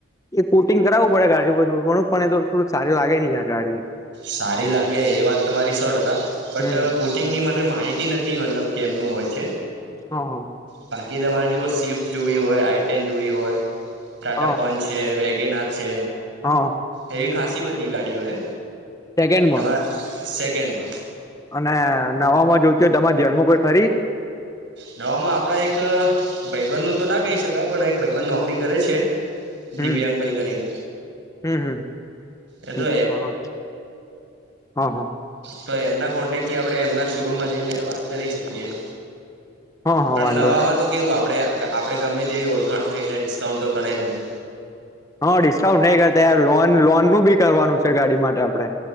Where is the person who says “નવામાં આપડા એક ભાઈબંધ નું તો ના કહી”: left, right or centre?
Right